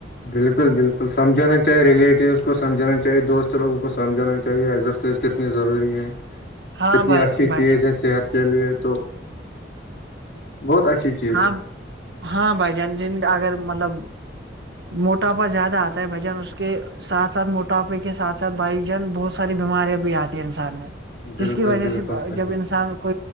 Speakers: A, on the left; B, on the right.
A: بالکل بالکل سمجھانا چاہے ریلیٹیوز اس کو سمجھانا چاہیے دوست لوگوں کو سمجھانا چاہیے ایکسرسائز کتنی ضروری ہے
B: ہاں
A: اتنی
B: بھائی
A: اچھی
B: بھائی
A: چیز
B: جان
A: ہے صحت کے لیے تو بہت اچھی چیز
B: ہاں
A: ہے
B: ہاں بھائی جان جن اگر مطلب موٹاپا زیادہ آتا ہے بھائی جان اس کے ساتھ ساتھ موٹاپے کے ساتھ ساتھ بھائی جان بہت ساری بیماریاں بھی آتی ہیں انسان میں
A: بالکل
B: جس کی وجہ
A: بالکل
B: سے
A: صحیح
B: جب انسان کو